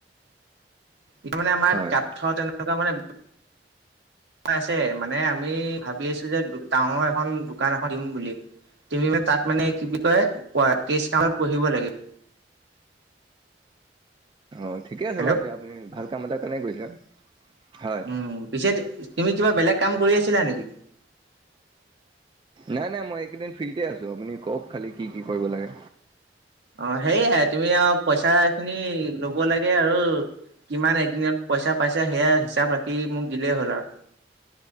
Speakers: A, on the right (about 75°); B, on the right (about 25°).
A: এয়া মানে আমাৰ
B: হয়।
A: কাঠৰ তেনেকুৱা মানে। আছে মানে আমি ভাবি আছো যে টাউনৰ এখন দোকান এখন দিম বুলি। তুমি তাত মানে কি কয় কেচ কাউণ্টাৰত বহিব লাগে।
B: অঁ ঠিকে আছে
A: হেল্ল'
B: বাৰু এতিয়া আপুনি ভাল কাম এটা কাৰণেই গৈছে। হয়,
A: উম পিছে তুমি কিবা বেলেগ কাম কৰি আছিলা নেকি?
B: নাই নাই মই এইকেইদিন ফ্ৰীতে আছো‌ আপুনি কওক খালি কি কি কৰিব লাগে।
A: অঁ সেয়াই তুমি আৰু পইচাঁ খিনি লব লাগে আৰু কিমান এদিনত পইচা পাইছে সেয়া হিচাপ ৰাখি মোক দিলেই হ'ল আৰু